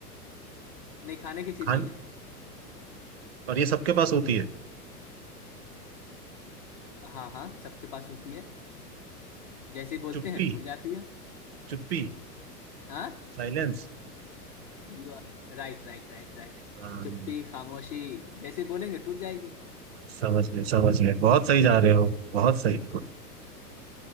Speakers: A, on the left (about 30°); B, on the right (about 40°).
A: नहीं खाने की चीज
B: खान
A: नहीं है
B: और ये सबके पास होती है
A: हाँ हाँ सबके पास होती है जैसे ही बोलते
B: चुप्पी
A: हैं टूट जाती है
B: चुप्पी
A: हाँ
B: साइलेंस
A: You Right right right right
B: साइलेंस
A: चुप्पी खामोशी जैसे ही बोलेंगे टूट जाएगी
B: समझ गए समझ गए बहुत सही जा रहे हो बहुत सही